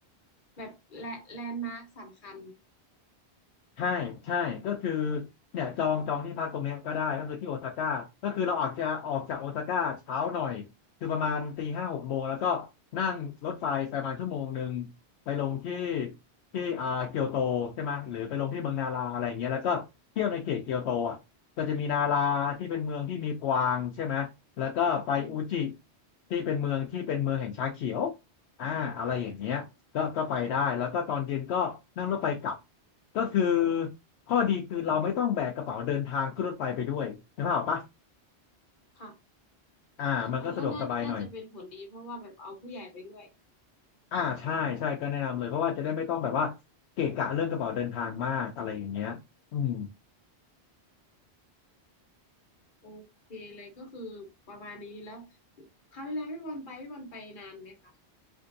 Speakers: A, on the left; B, on the left.
A: แบบแลแลนด์มาร์คสำคัญ
B: ใช่ใช่ก็คือเนี่ยจองจองที่พักตรงเนี้ยก็ได้ก็คือที่โอซาก้าก็คือเราอาจจะออกจากโอซาก้าเช้าหน่อยคือประมาณตีห้าหกโมงแล้วก็นั่งรถไฟไปประมาณชั่วโมงหนึ่งไปลงที่ที่อ่าเกียวโตใช่ไหมหรือไปลงที่เมืองนาราอะไรอย่างเงี้ยแล้วก็เที่ยวในเขตเกียวโตอ่ะก็จะมีนาราที่เป็นเมืองที่มีกวางใช่ไหมแล้วก็ไปอุจิ
A: อืม
B: ที่เป็นเมืองที่เป็นเมืองแห่งชาเขียวอ่าอะไรอย่างเงี้ยก็ก็ไปได้แล้วก็ตอนเย็นก็นั่งรถไฟกลับ ก็คือข้อดีคือเราไม่ต้องแบกกระเป๋าเดินทางขึ้นรถไฟไปด้วยนะพ่ออกปะ
A: ค่ะ
B: อ่ามันก็สะดวกสบายหน่อย
A: ค่ะน่าน่าน่าจะเป็นผลดีเพราะว่าแบบเอาผู้ใหญ่ไปด้วย
B: อ่าใช่ใช่ก็แนะนำเลยเพราะว่าจะได้ไม่ต้องแบบว่าเกะกะเรื่องกระเป๋าเดินทางมากอะไรอย่างเงี้ยอืม
A: โอเคเลยก็คือประมาณนี้แล้วคราวที่แล้วพี่บอลไปพี่บอลไปนานไหมคะ